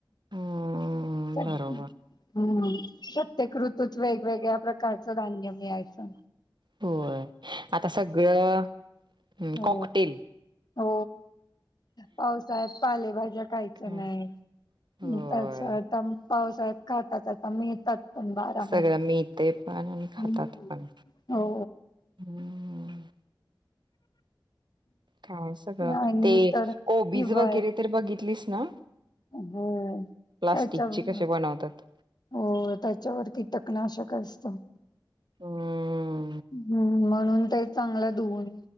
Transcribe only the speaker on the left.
हम्म
सत्यकृतूच वेगवेगळ्या प्रकारचं धान्य. मिळायचं.
हो
हो पावसा्यात पालेभाज्या कायच
नाही.
त्याच आता पावसात खातात आता म येतात. पण बारा
महिने
हो
आणि
तर
हिवाळ्यात
हो
त्याच्यावर
हो त्याच्यावर कि कीटकनाशक असतं
हम्म म्हणून ते चांगलं धुवून